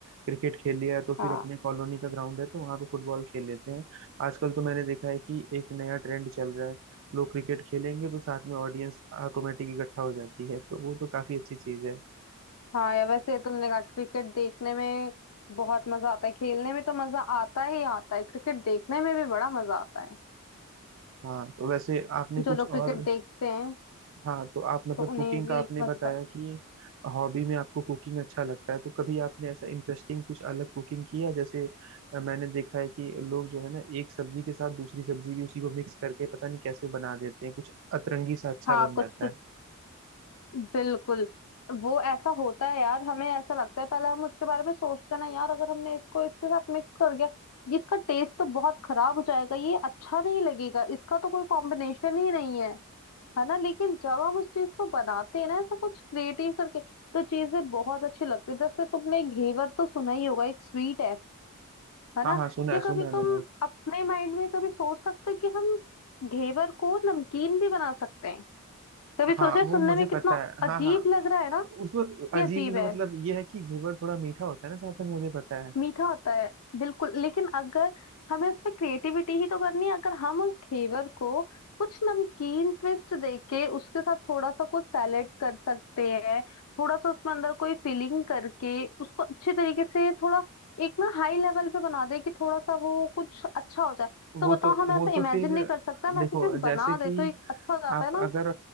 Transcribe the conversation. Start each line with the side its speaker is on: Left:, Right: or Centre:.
Right: क्रिकेट खेल लिया तो
Left: हाँ।
Right: फिर अपने कॉलोनी का ग्राउंड है तो वहां पे फुटबॉल खेल लेते हैं आजकल तो मैंने देखा है कि एक नया ट्रेंड चल रहा है लोग क्रिकेट खेलेंगे तो साथ में ऑडियंस ऑटोमेटिक इकट्ठा हो जाती है तो वो तो काफी अच्छी चीज है
Left: हाँ यार वैसे तुमने कहा क्रिकेट देखने में बहुत मजा आता है खेलने में तो मजा आता ही आता है क्रिकेट देखने में भी बड़ा मजा आता है
Right: हाँ तो वैसे आपने
Left: जो
Right: कुछ
Left: लोग
Right: और
Left: क्रिकेट देखते हैं
Right: हाँ तो आप मतलब
Left: तो उन्हें
Right: कुकिंग
Left: भी
Right: का आपने
Left: मजा
Right: बताया कि हॉबी में आपको कुकिंग अच्छा लगता है तो कभी आपने ऐसा इंटरेस्टिंग कुछ अलग कुकिंग किया जैसे अ, मैंने देखा है कि लोग जो है ना एक सब्जी के साथ दूसरी सब्जी भी उसी को मिक्स करके पता नहीं कैसे बना देते हैं कुछ अतरंगी सा अच्छा
Left: हाँ
Right: बन जाता
Left: कुछ कुछ
Right: है
Left: बिल्कुल वो ऐसा होता है यार हमें ऐसा लगता है पहले हम उसके बारे में सोचते हैं ना यार अगर हमने इसको इसके साथ मिक्स कर गया ये इसका टेस्ट तो बहुत खराब हो जाएगा ये अच्छा नहीं लगेगा इसका तो कोई कॉम्बिनेशन ही नहीं है है ना लेकिन जब हम उस चीज को बनाते हैं ना ऐसा कुछ क्रिएटिव करके तो चीजें बहुत अच्छी लगती है जैसे तुमने घेवर तो सुना ही होगा एक स्वीट है है
Right: हाँ
Left: ना
Right: हाँ सुना
Left: क्या
Right: है सुना
Left: कभी
Right: है
Left: तुम
Right: मैंने
Left: अपने माइंड में कभी सोच सकते हो कि हम घेवर को नमकीन भी बना सकते हैं कभी सोचा
Right: हाँ
Left: है?
Right: वो
Left: सुनने
Right: मुझे
Left: में कितना
Right: पता है
Left: अजीब
Right: हाँ हाँ
Left: लग रहा है ना
Right: उसमें
Left: कि
Right: अजीब
Left: अजीब
Right: न-
Left: है
Right: मतलब ये है कि घेवर थोड़ा मीठा होता है ना जहाँ तक मुझे पता है
Left: मीठा होता है बिल्कुल लेकिन अगर हमें उसमें क्रिएटिविटी ही तो करनी है अगर हम उस घेवर को कुछ नमकीन ट्विस्ट देके उसके साथ थोड़ा सा कुछ सैलेड कर सकते हैं थोड़ा सा उसमें अंदर कोई फिलिंग करके उसको अच्छे तरीके से थोड़ा एक ना हाई लेवल पे बना दे कि थोड़ा सा वो कुछ अच्छा हो जाए
Right: वो
Left: तो बताओ
Right: तो
Left: हम ऐसा
Right: वो तो
Left: इमेजिन
Right: फिर
Left: नहीं कर सकता हम
Right: देखो
Left: ऐसी चीज
Right: जैसे
Left: बना दे
Right: कि
Left: तो एक अच्छा हो जाता
Right: आप
Left: है ना
Right: अगर